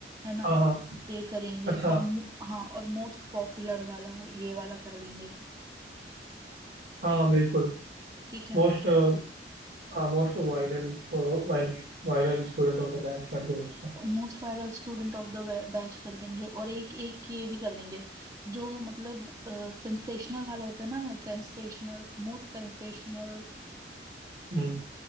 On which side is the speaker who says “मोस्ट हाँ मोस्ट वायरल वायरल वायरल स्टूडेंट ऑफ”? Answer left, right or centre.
Right